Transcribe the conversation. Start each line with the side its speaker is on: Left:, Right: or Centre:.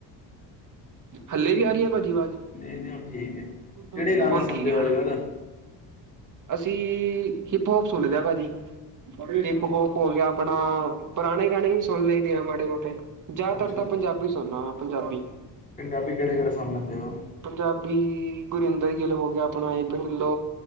Right: ਹਲੇ ਵੀ ਆ ਰਹੀ ਹੈ ਭਾਜੀ ਅਵਾਜ?
Left: ਨਹੀਂ ਨਹੀਂ ਹੁਣ ਠੀਕ ਹੈ
Right: ਹੁਣ
Left: ਕਿਹੜੇ ਗਾਣੇ
Right: ਠੀਕ
Left: ਸੁਣਦੇ ਹੋ
Right: ਆ ਹਨਾ।
Left: ਅੱਜ ਕੱਲ੍ਹ ਹੂੰ
Right: ਅਸੀਂ ਹਿਪ, ਹੋਪ ਸੁਣੀ ਦਾ ਭਾਜੀ ਹਿਪ, ਹੋਪ ਹੋ ਗਿਆ ਆਪਣਾ ਪੁਰਾਣੇ ਗਾਣੇ ਵੀ ਸੁਣ ਲਈ ਦੇ ਆ ਮਾੜੇ ਮੋਟੇ ਜ਼ਿਆਦਾਤਰ
Left: ਅੱਛਾ
Right: ਤਾਂ
Left: ਅੱਛਾ
Right: ਪੰਜਾਬੀ ਸੁਣਨਾ ਵਾ ਪੰਜਾਬੀ।
Left: ਪੰਜਾਬੀ ਕਿਹੜੇ ਕਿਹੜੇ ਸੁਣ ਲੈਂਦੇ ਹੋ?
Right: ਪੰਜਾਬੀ ਗੁਰਿੰਦਰ ਗਿੱਲ ਹੋ ਗਿਆ ਆਪਣਾ ਇਹ ਪਿੰਡ ਲੋ